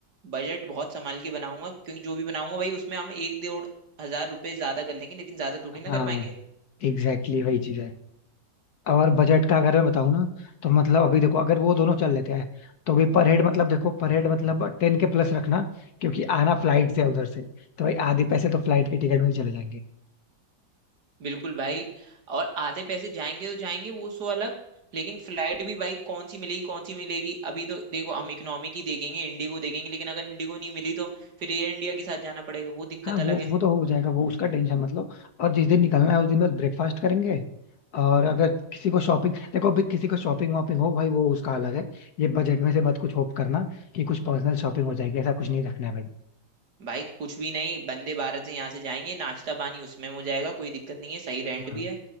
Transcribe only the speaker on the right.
बजट बहुत संभाल के बनाऊंगा क्योंकि जो भी बनाऊंगा भाई उसमें हम एक डेढ़ हजार रुपए ज्यादा कर लेंगे लेकिन ज्यादा थोड़ी ना
कर पाएंगे
बिल्कुल भाई और आधे पैसे जाएंगे तो जाएंगे वो सो अलग लेकिन फ्लाइट भी भाई कौन सी मिलेगी कौन सी मिलेगी अभी तो देखो हम इकोनॉमी की देखेंगे इंडिगो देखेंगे लेकिन अगर इंडिगो नहीं मिली तो फिर एयर इंडिया के साथ जाना पड़ेगा वो दिक्कत
अलग है
भाई कुछ भी नहीं वंदे भारत से यहाँ से जाएंगे नाश्ता पानी उसमें हो जाएगा कोई दिक्कत नहीं है सही रेंट
भी है